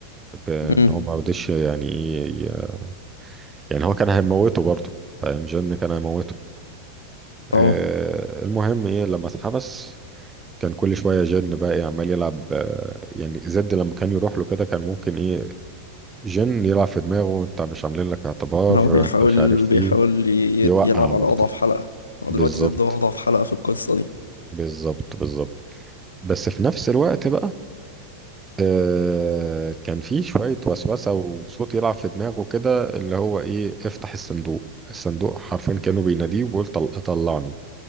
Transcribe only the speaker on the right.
بان
هو ما رضيش يعني ايه يعني هو كان هيموته برضو فاهم جن كان هيموته
آه المهم ايه لما اتحبس كان كل شوية جن بقى إيه عمال يلعب آه، يعني زد لما كان يروح له كده كان ممكن ايه جن يلعب في دماغه انت مش عاملين لك اعتبار
انت مش عارف
ايه
يوقع
برضه
بالظبط
بالظبط بالظبط بس في نفس الوقت بقى آه كان في شوية وسوسة وصوت يلعب في دماغه كده اللي هو ايه افتح الصندوق الصندوق حرفيا كانوا بيناديه وبيقول طل... طلعني